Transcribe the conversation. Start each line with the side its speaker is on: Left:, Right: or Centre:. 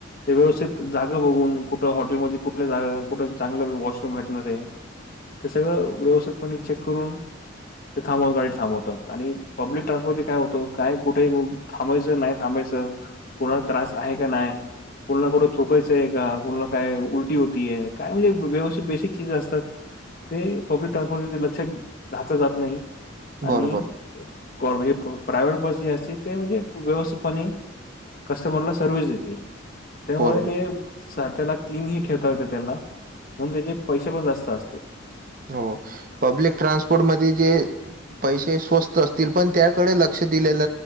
Left: ते व्यवस्थित जागा बघून कुठं हॉटेलमध्ये कुठल्या जागा कुठं चांगलं वॉशरूम भेट मध्ये सगळं व्यवस्थितपणे चेक करून ते थांबवत गाडी थांबवतात आणि पब्लिक ट्रान्सपोर्ट काय होतं, काय कुठे थांबायचं नाही थांबायचं कोणाला त्रास आहे का नाही, कोणाला कुठं थुकायचंय आहे का, कोणाला काय उलटी हो ती आहे काय म्हणजे व्यवस्थित बेसिक ती तीच असतात‌, ते पब्लिक ट्रान्सपोर्ट तीथे लक्ष घात जात नाही
Right: बरोबर
Left: आणि <unintelligible> प्रायव्हेट बस जी असती ते म्हणजे व्यवस्थितपणे कस्टमरला सर्व्हिस देते. त्यामुळे
Right: बरोबर
Left: ते त्याला क्लीनही ठेवता येते त्याला म्हणून त्याचे पैसे पण जास्त असतात.
Right: हो. पब्लिक ट्रान्सपोर्टमध्ये जे पैसे स्वस्त असतील, पण त्याकडे लक्ष दिलेल